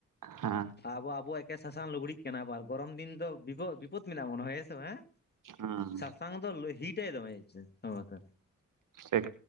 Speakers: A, on the right; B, on the left.
A: ᱦᱮᱸ
B: ᱟᱵᱚ ᱟᱵᱚᱣᱟᱜ ᱮᱠᱮ ᱥᱟᱥᱟᱝ ᱞᱩᱜᱽᱲᱤᱜ ᱠᱟᱱᱟ ᱟᱵᱟᱨ ᱜᱚᱨᱚᱢ ᱫᱤᱱ ᱫᱚ ᱵᱤᱯᱚ ᱵᱤᱯᱚᱫᱽ ᱢᱮᱱᱟᱜ ᱵᱚᱱᱟ ᱦᱮᱥᱮ ᱦᱮᱸ?
A: ᱦᱩᱸ
B: ᱥᱟᱥᱟᱝ ᱫᱚ ᱞᱟᱹᱦᱤᱴᱟᱭ ᱫᱚᱦᱚ ᱪᱚᱭ <unintelligible>
A: ᱥᱮᱠ,